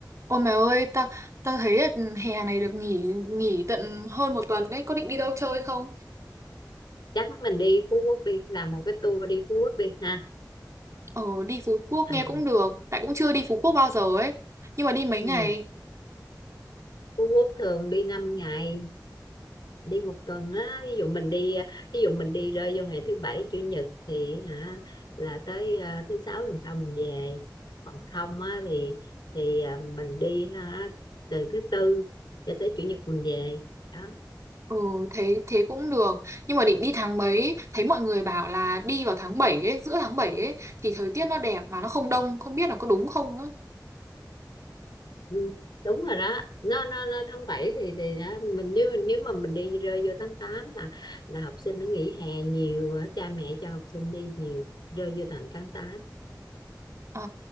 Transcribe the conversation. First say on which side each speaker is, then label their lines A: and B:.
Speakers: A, on the right; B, on the left.
A: Ôi mày ơi, tao tao thấy là hè này được nghỉ nghỉ tận hơn một tuần đấy, có định đi đâu chơi không?
B: chắc mình đi Phú Quốc đi làm một cái tour đi Phú Quốc đi ha
A: Ờ, đi Phú Quốc nghe
B: ừ.
A: cũng được, tại cũng chưa đi Phú Quốc bao giờ ấy. Nhưng mà đi mấy
B: Ừ.
A: ngày,
B: Phú Quốc thường đi 5 ngày đi một tuần á ví dụ mình đi ví dụ mình đi rơi vô ngày thứ bảy chủ nhật thì hả là tới ờ, thứ sáu tuần sau mình về còn không á thì thì ờ, mình đi hả từ thứ tư cho tới chủ nhật mình về đó
A: ừ, thế thế cũng được. Nhưng mà định đi tháng mấy, thấy mọi người bảo là đi vào tháng 7, ấy, giữa tháng 7 ấy, thì thời tiết nó đẹp mà nó không đông, không biết là có đúng không nữa.
B: Ừ, đúng rồi đó nó nó nó tháng 7 thì thì đó. mình nếu nếu mà mình đi rơi vô tháng 8 là là học sinh nó nghỉ hè nhiều á, cha mẹ cho học sinh đi nhiều rơi vô tầm tháng tám,
A: Ờ,